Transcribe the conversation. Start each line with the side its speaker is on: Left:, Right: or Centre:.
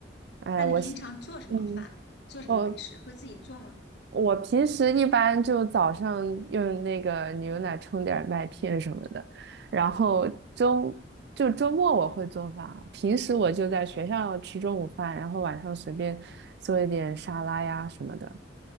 Right: 哎，
Left: 那你平常做什么饭？
Right: 我喜，嗯，
Left: 做什么美食？
Right: 我
Left: 会自己做吗？
Right: 我平时一般就早上用那个牛奶冲点儿麦片什么的，然后周就周末我会做饭，平时我就在学校吃中午饭，然后晚上随便做一点沙拉呀什么的